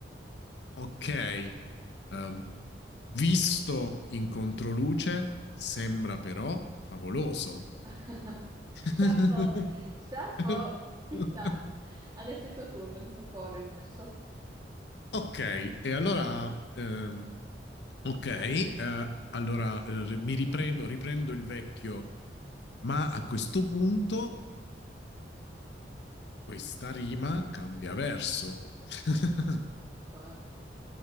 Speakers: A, on the left; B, on the right.
A: ok, Ehm, visto in controluce, sembra però favoloso.
B: <laughs>
A: <laughs>
B: Chapeau, chapeau, ci sta. Adesso è il tuo turno di proporre il verso.
A: Ok, e allora, ehm, ok, eh, allora eh, ri- mi riprendo, riprendo il vecchio, ma a questo punto questa rima cambia verso. <laughs>
B: Ok.